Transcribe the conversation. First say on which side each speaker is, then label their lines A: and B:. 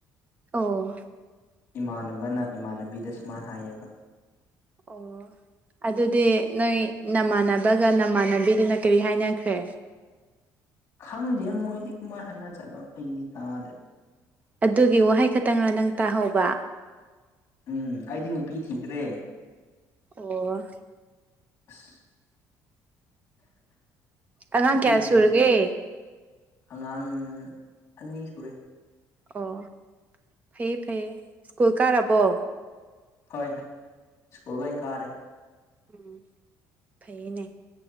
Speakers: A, on the right; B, on the left.
A: ꯑꯣ
B: ꯏꯃꯥꯟꯅꯕꯅ ꯏꯃꯥꯟꯅꯕꯤꯗ ꯁꯨꯃꯥꯏꯅ ꯍꯥꯏꯌꯦꯕ
A: ꯑꯣ ꯑꯗꯨꯗꯤ ꯅꯣꯏ ꯅꯃꯥꯟꯅꯕꯒ ꯅꯃꯥꯟꯅꯕꯤꯗꯨꯅ ꯀꯔꯤ ꯍꯥꯏꯅꯈ꯭ꯔꯦ
B: ꯈꯪꯗꯦ ꯃꯣꯏꯗꯤ ꯀꯃꯥꯏ ꯍꯥꯏꯅ ꯖꯥꯠꯂꯣ ꯑꯩꯗꯤ ꯇꯥꯗ꯭ꯔꯦ
A: ꯑꯗꯨꯒꯤ ꯋꯥꯍꯩ ꯈꯇꯪꯅ ꯅꯪ ꯇꯥꯍꯧꯕ
B: ꯎꯝ ꯑꯩꯗꯤ ꯅꯨꯄꯤ ꯊꯤꯈ꯭ꯔꯦ
A: ꯑꯣ
B: ꯑꯁ
A: ꯑꯉꯥꯡ
B: ꯅꯨꯄꯤ
A: ꯀꯌꯥ
B: ꯊꯤꯔꯤꯁꯦ
A: ꯁꯨꯔꯒꯦ
B: ꯑꯉꯥꯡ ꯑꯅꯤ ꯁꯨꯔꯦ
A: ꯑꯣ ꯐꯩꯌꯦ ꯐꯩꯌꯦ ꯁ꯭ꯀꯨꯜ ꯀꯥꯔꯕꯣ
B: ꯍꯣꯏ ꯁ꯭ꯀꯨꯜ ꯂꯣꯏꯟ ꯀꯥꯔꯦ
A: ꯎꯝ ꯐꯩꯌꯦꯅꯦ